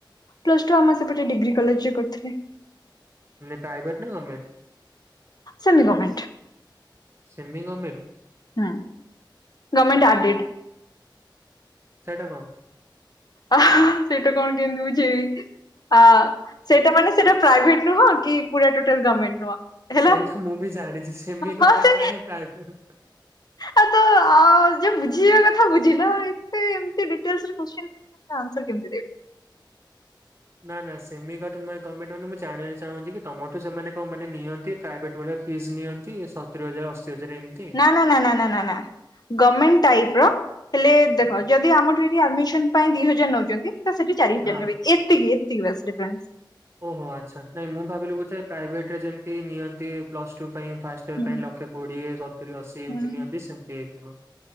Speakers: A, on the left; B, on the right.
A: ପ୍ଲସ ଟୁ ଆମ ସେପଟେ ଡିଗ୍ରୀ କଲେଜରେ କରିଥିଲି।
B: ମାନେ ପ୍ରାଇଭେଟ୍ ନା government?
A: Semi government.
B: Semi government?
A: ହୁଁ ଗମେଣ୍ଟ ଆଡିଟ୍।
B: ସେଇଟା କଣ?
A: ଆହା ସେଇଟା କଣ କେମିତି ବୁଝେଇବି? ଆ ସେଇଟା ମାନେ ସେଇଟା ପ୍ରାଇଭେଟ ନୁହଁ କି ପୁରା ଟୋଟଲ ଗର୍ମେଣ୍ଟ ନୁହଁ। ହେଲା।
B: ସେଇଟା ମୁଁ ବି ଜାଣିଛି। ସେମି ଗର୍ମେଣ୍ଟ
A: ହଁ ସେ
B: ମାନେ ପ୍ରାଇଭେଟ୍
A: ଆ ତ ଅ ଯିଏ ବୁଝିବା କଥା ବୁଝିଲ ଏତେ ଏମିତି ଡିଟେଲସ୍ ରେ କୋଶ୍ଚିନ ତା ଆନ୍ସର କେମିତି ଦେବି?
B: ନା ନା ସେମି ଗଟ ମା ଗମେଣ୍ଟ ମାନେ ମୁଁ ଜାଣିବା ଚାହୁଁଛି କି ତମଠୁ ସେମାନେ କଣ ମାନେ ନିଅନ୍ତି? ପ୍ରାଇଭେଟ୍ ଭଳିଆ ଫିସ ନିଅନ୍ତି ସତୁରି ହଜାର ଅଶୀ ହଜାର ଏମିତି।
A: ନ ନା ନା ନା ନା ନା ନା ଗଭର୍ମେଣ୍ଟ ଟାଇପ୍ ର ହେଲେ ଦେଖ ଯଦି ଆମଠୁ ଏଠି ଆଡ଼ମିଶନ ପାଇଁ ଦି ହଜାର ନଉଛନ୍ତି। ତ ସେଠି ଚାରି ହଜାର
B: ହଁ
A: ନେବେ ଏତିକି, ଏତିକି ବାସ୍ ଡିଫ୍ରେନ୍ସ।
B: ଓହୋ ଆଚ୍ଛା। ନାଇଁ ମୁଁ ଭାବିଲି ବୋଧେ ପ୍ରାଇଭେଟରେ ଯେମିତି ନିଅନ୍ତି ପ୍ଲସ ଟୁ ପାଇଁ ଫାଷ୍ଟ
A: ହୁଁ
B: ଇୟର ପାଇଁ ଲକ୍ଷେ କୋଡି଼ଏ ସତୁରି ଅଶୀ
A: ହୁଁ
B: ଏମିତି ନିଅନ୍ତି ସେମିତି ହେଇଥିବ।